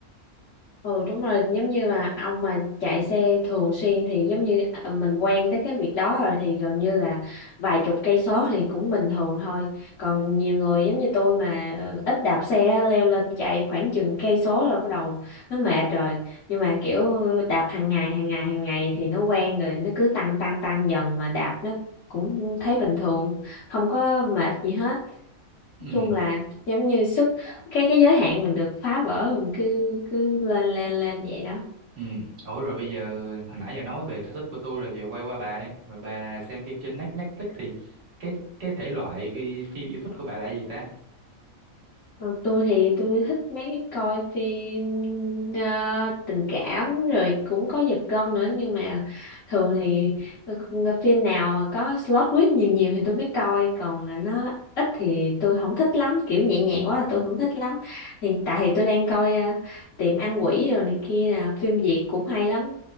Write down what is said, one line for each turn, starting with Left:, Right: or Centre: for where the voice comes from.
Left: Ừ đúng rồi, giống như là ông mà chạy xe thường xuyên thì giống như ờ, mình quen tới cái việc đó rồi thì gần như là vài chục cây số thì cũng bình thường thôi. Còn nhiều người giống như tôi mà ờ, ít đạp xe leo lên chạy khoảng chừng cây số là bắt đầu nó mệt rồi. Nhưng mà kiểu đạp hàng ngày hàng ngày hàng ngày thì nó quen rồi, nó cứ tăng tăng tăng dần mà đạp nó cũng thấy bình thường, không có mệt gì hết
Right: ừ
Left: chung là giống như sức cái cái giới hạn mình được phá vỡ mình cứ cứ lên lên lên vậy đó
Right: ừ ủa rồi bây giờ hồi nãy giờ nói về sở thích của tôi rồi giờ quay qua bà đi rồi bà xem phim trên Net- Netflix thì cái cái thể loại cái phim yêu thích của bà là gì ta
Left: Còn tôi thì tôi thích mấy cái coi phim ờ, tình cảm rồi cũng có giật gân nữa nhưng mà thường thì phim nào mà có slot twist nhiều nhiều thì tôi mới coi còn nó ít thì tôi không thích lắm kiểu nhẹ nhàng quá là tôi không thích lắm hiện tại thì tôi đang coi ờ, tiệm ăn quỷ rồi này kia nè phim Việt cũng hay lắm